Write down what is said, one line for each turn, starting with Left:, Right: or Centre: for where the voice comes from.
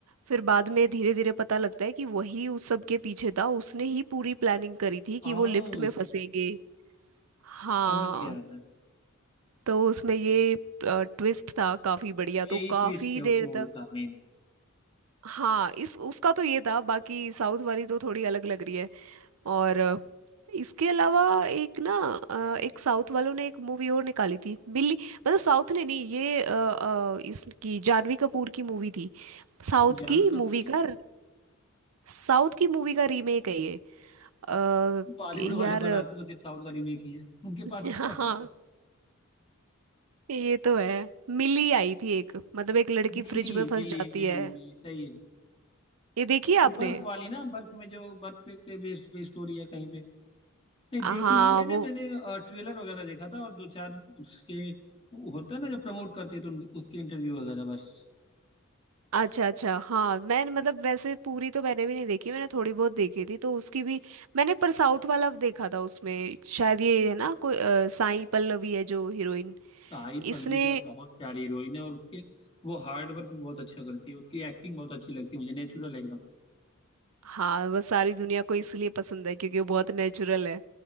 Right: फिर बाद में धीरे धीरे पता लगता है कि वही उस सब के पीछे था उसने ही पूरी प्लानिंग करी थी कि
Left: आओ
Right: वो लिफ्ट में फंसेंगे हाँ
Left: समझ गया मैं
Right: तो उसमें ये ट्विस्ट था काफी बढ़िया
Left: तो यही
Right: तो काफी
Left: ट्विस्ट है उस
Right: देर
Left: मूवी
Right: तक
Left: का मेन
Right: हाँ इस उसका तो ये था बाकी साउथ वाली तो थोड़ी अलग लग रही है और अ, इसके अलावा एक ना अ, एक साउथ वालों ने एक मूवी और निकाली थी मिली मतलब साउथ ने नहीं ये अ, अ, इसकी जानवी कपूर की मूवी थी साउथ
Left: जानवी
Right: की मूवी
Left: कपूर की
Right: का साउथ की मूवी का रीमेक है ये अ,
Left: बॉलीवुड
Right: यार
Left: वाले बनाते तो सिर्फ साउथ का रीमेक ही है उनके
Right: <laughs>
Left: पास स्टॉक
Right: हाँ
Left: ही नहीं
Right: ये तो है मिली आई थी एक मतलब एक लड़की
Left: है। मिली
Right: फ्रिज में फंस
Left: मिली
Right: जाती
Left: मिली
Right: है
Left: मिली सही है
Right: ये देखी है
Left: वो
Right: आपने
Left: बर्फ वाली ना बर्फ में जो बर्फ के बेस्ड पे स्टोरी है कहीं पे नहीं
Right: हाँ
Left: देखी नहीं है मैंने
Right: वो
Left: मैंने ट्रेलर वगैरह देखा था और दो चार उसके होता है ना जब प्रमोट करते हैं तो उन- उसके इंटरव्यू वगैरह बस
Right: अच्छा अच्छा हाँ मैंने मतलब वैसे पूरी तो मैंने भी नहीं देखी मैंने थोड़ी बहुत देखी थी तो उसकी भी मैंने पर साउथ वाला देखा था उसमें शायद ये है ना कोई अ, साई पल्लवी है जो हीरोइन
Left: साई पल्लवी
Right: इसने
Left: तो यार बहुत प्यारी हीरोइन है और उसके वो हार्ड वर्क भी बहुत अच्छा करती है उसकी एक्टिंग बहुत अच्छी लगती है मुझे नेचुरल है एकदम
Right: हाँ वह सारी दुनिया को इसलिए पसंद है क्योंकि वो बहुत नेचुरल है